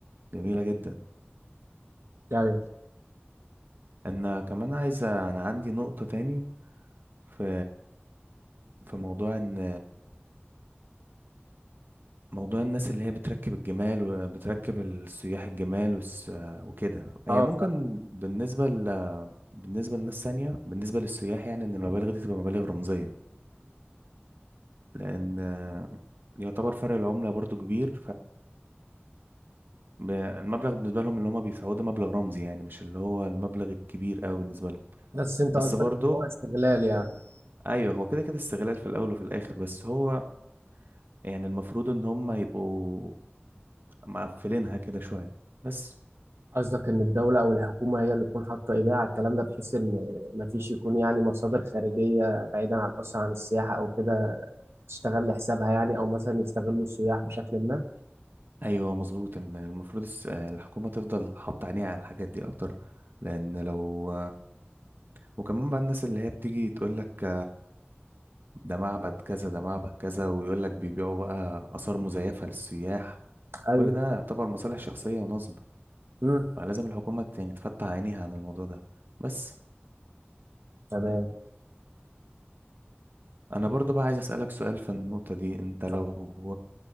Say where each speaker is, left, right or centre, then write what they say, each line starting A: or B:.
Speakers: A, on the right; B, on the right.
A: جميلة جدا
B: ايوه
A: انا كمان عايزة انا عندي نقطة تاني في في موضوع ان موضوع الناس اللي هي بتركب الجمال وبتركب السياح الجمال والس- وكده هي
B: اه
A: ممكن بالنسبة ل... بالنسبة لناس تانية بالنسبة للسياح يعني ان المبالغ دي تبقى مبالغ رمزية لان يعتبر فرق العملة برضو كبير فالمبلغ بالنسبة لهم اللي هما بيدفعوه ده مبلغ رمزي يعني مش اللي هو المبلغ الكبير قوي بالنسبة لهم
B: بس انت
A: بس
B: قصدك
A: برضو
B: إن هو استغلال يعني
A: ايوه هو كده كده استغلال في الاول وفي الاخر بس هو يعني المفروض ان هم يبقوا مقفلينها كده شوية بس
B: قصدك ان الدولة او الحكومة هي اللي تكون حاطة ايديها على الكلام ده بحيث ان مفيش يكون يعني مصادر خارجية بعيدا عن اصلا عن السياحة او كده تشتغل لحسابها يعني او مثلا يستغلوا السياح بشكل ما
A: ايوه مظبوط ان المفروض الس- الحكومة تفضل حاطة عينيها على الحاجات دي اكتر لان لو وكمان بقى الناس اللي هي بتيجي تقول لك ده معبد كذا ده معبد كذا ويقول لك بيبيعوا بقى آثار مزيفة للسياح
B: ايوه
A: كل ده يعتبر مصالح شخصية ونصب
B: امم
A: فلازم الحكومة ت- يعني تفتح عينيها عن الموضوع ده بس
B: تمام
A: أنا برضو بقى عايز أسألك سؤال في النقطة دي أنت لو
B: طب،